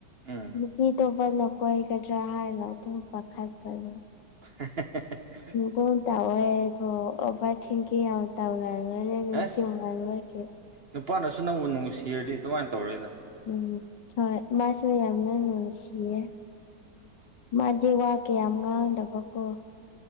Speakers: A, on the right; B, on the left.
A: ꯎꯝ
B: ꯅꯨꯄꯤ ꯇꯨ ꯅꯥꯪꯅ ꯀꯣꯏꯒꯗ꯭ꯔꯥ ꯍꯥꯏꯅ ꯑꯗꯨꯝ ꯄꯥꯈꯠꯄꯗ
A: <unintelligible>
B: ꯇ ꯇꯋꯥꯏꯦ ꯑꯣ ꯊꯤꯡꯀꯤ ꯇ ꯂꯜꯦ
A: ꯑꯦ
B: <unintelligible>
A: ꯅꯨꯄꯥꯅꯁꯨ ꯅꯪꯕꯨ ꯅꯨꯡ ꯁꯤꯔꯗꯤ ꯑꯗꯨꯃꯥꯏꯅ ꯇꯧꯔꯣꯏꯗ
B: ꯎꯝ ꯍꯣꯏ ꯃꯥꯁꯨ ꯌꯥꯝꯅꯅꯨꯡꯁꯤꯌꯦ ꯃꯥꯗꯤ ꯋꯥ ꯀꯌꯥ ꯉꯥꯡꯗꯕꯀꯣ